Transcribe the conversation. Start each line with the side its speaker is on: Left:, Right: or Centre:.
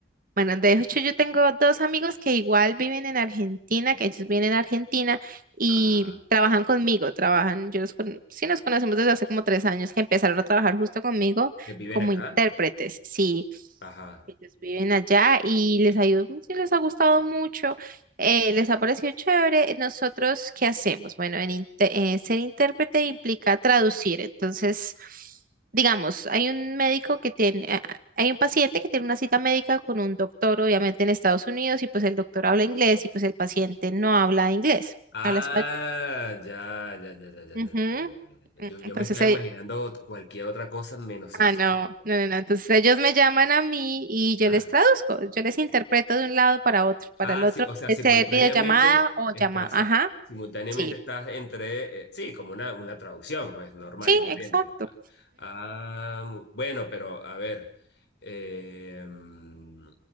Right: Bueno, de hecho yo tengo dos amigos que igual viven en Argentina, que ellos viven en Argentina y
Left: Ajá.
Right: trabajan conmigo, trabajan, yo los con, sí nos conocemos desde hace como tres años que empezaron a trabajar justo conmigo
Left: ¿Que viven
Right: como
Left: acá?
Right: intérpretes, sí,
Left: Ajá.
Right: ellos viven allá y les ha ido- sí les ha gustado mucho, eh, les ha parecido chévere. Nosotros, ¿qué hacemos? Bueno, en inte- eh, ser intérprete implica traducir, entonces... Digamos, hay un médico que tiene, hay un paciente que tiene una cita médica con un doctor, obviamente en Estados Unidos, y pues el doctor habla inglés y pues el paciente no habla inglés,
Left: Ah,
Right: habla español.
Left: ya, ya, ya, ya, ya,
Right: Ujú.
Left: ya, ya, ya, ya, ya.
Right: Mm,
Left: Yo,
Right: Entonces,
Left: yo me estaba
Right: ell-
Left: imaginando ot- cualquier otra cosa menos eso.
Right: ah, no, no, no, no. Entonces ellos me llaman a mí y yo
Left: Ajá.
Right: les traduzco, yo les interpreto de un lado para otro, para
Left: Ah,
Right: el otro,
Left: sí, o sea,
Right: puede
Left: simultáneamente
Right: ser videollamada o
Left: estás,
Right: llamada. Ajá,
Left: simultáneamente
Right: sí,
Left: estás entre, eh, sí, como una, una traducción, pues, normal
Right: sí,
Left: y corriente.
Right: exacto.
Left: Ah, mu- bueno, pero a ver, eh, mm,